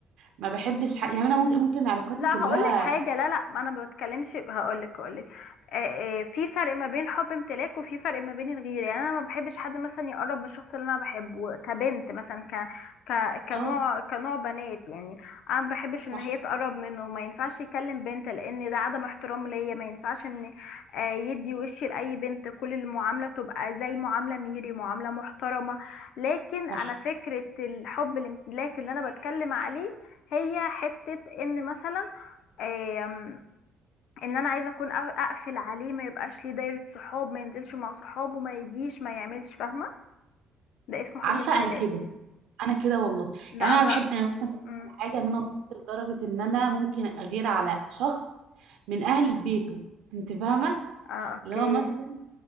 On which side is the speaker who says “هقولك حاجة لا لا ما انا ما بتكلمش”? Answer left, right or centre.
Left